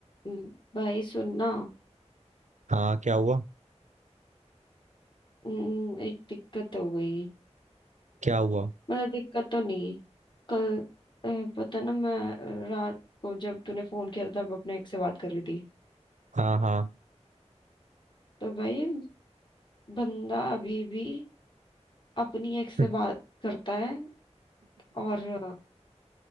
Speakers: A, on the left (about 40°); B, on the right (about 85°).
A: हम्म, भाई सुनना
B: हाँ क्या हुआ
A: हम्म, एक दिक्कत हो गई
B: क्या हुआ
A: मतलब दिक्कत तो नहीं कल अ, पता ना मैं अ, रात को जब तूने फोन किया था तब अपने एक से बात कर रही थी
B: हाँ हाँ
A: तो भाई बंदा अभी भी अपनी एक से
B: <laughs>
A: बात करता है और अ,